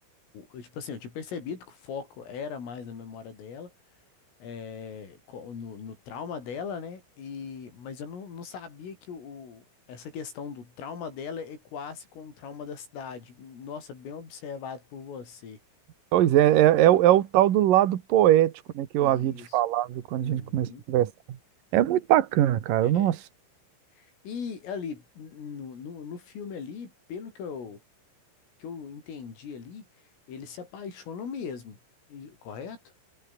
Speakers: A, on the left (about 85°); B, on the right (about 55°).
A: o- Tipo assim, eu tinha percebido que o foco era mais na memória dela, é, co- no, no trauma dela, né? E, mas eu não, não sabia que o, o- essa questão do trauma dela equasse com o trauma da cidade. Nossa, bem observado por você.
B: Pois é, é, é, o, é o tal do lado poético, né, que
A: Isso.
B: eu havia te falado quando
A: Uhum.
B: a gente começou a conversar. É muito bacana, cara.
A: É.
B: Nossa,
A: E ali, no, no, no filme ali, pelo que eu, que eu entendi ali, eles se apaixonam mesmo, e- correto?